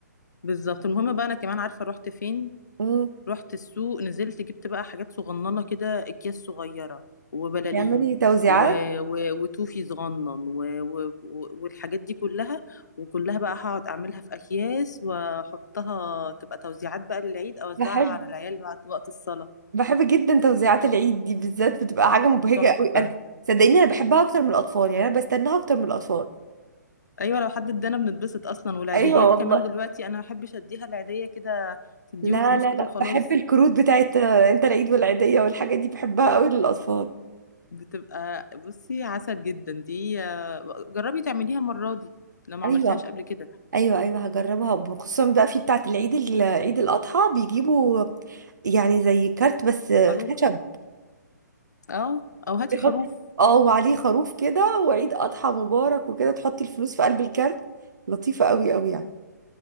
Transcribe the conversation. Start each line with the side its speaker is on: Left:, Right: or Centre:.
Left: بالظبط المهم بقى انا كمان عارفة رحت فين
Right: مم.
Left: رحت السوق نزلت جبت بقى حاجات صغننة كده أكياس صغيرة وبلالين
Right: بيعملي توزيعات
Left: و... و... وتوفي صغنن و... و... والحاجات دي كلها وكلها بقى هقعد أعملها في أكياس وأحطها تبقى توزيعات بقى للعيد أوزعها
Right: بحب
Left: على العيال بعد وقت الصلاة
Right: بحب جدا توزيعات العيد دي بالذات بتبقى حاجة مبهجة
Left: تحفة
Right: قوي انا صدقيني انا بحبها اكتر من الاطفال يعني انا بستناها اكتر من الاطفال
Left: أيوة لو حد ادانا بنتبسط أصلا والعيديات
Right: ايوه والله
Left: كمان دلوقتي أنا ما بحبش أديها العيدية كده تديهم
Right: لا
Left: فلوس
Right: لا
Left: كده
Right: لا
Left: وخلاص
Right: بحب الكروت بتاعت آه، انت العيد والعيدية والحاجات دي بحبها قوي للاطفال
Left: بتبقى بصي عسل جدا دي آه، جربي تعمليها المرة دي لو ما
Right: ايوه
Left: عملتيهاش قبل كده
Right: ايوه ايوه هجربها خصوصا بقى في بتاعت العيد ال- عيد الاضحى بيجيبوا يعني زي كارت بس آه،
Left: خروف
Right: خشب
Left: اه او هاتي
Right: بيحط
Left: خروف
Right: اه وعليه خروف كده وعيد اضحى مبارك وكده تحطي الفلوس في قلب الكارت لطيفة قوي قوي يعني